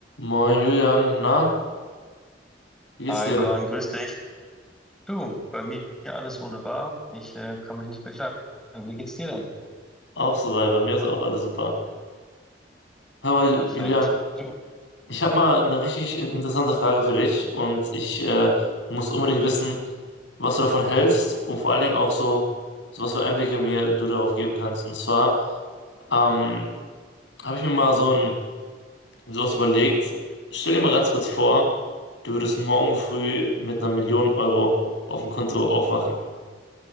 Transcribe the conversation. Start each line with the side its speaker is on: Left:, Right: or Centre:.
Left: Moin Julian, na, wie geht's
Centre: Hi
Left: dir?
Centre: Luan, grüß dich. Du, bei mir alles wunderbar. Ich äh, kann mich nicht beklagen. Wie geht's dir denn?
Left: Auch soweit, bei mir ist auch alles super. Hör mal,
Centre: Perfekt.
Left: Julian,
Centre: Du,
Left: ich habe mal eine richtig in- interessante Frage für dich und ich äh, muss unbedingt wissen, was du davon hältst und vor allen Dingen auch so, so was für Einblicke mir du darauf geben kannst. Und zwar ähm, habe ich mir mal so ein sowas überlegt. Stell dir mal ganz kurz vor, du würdest morgen früh mit einer Million Euro auf dem Konto aufwachen.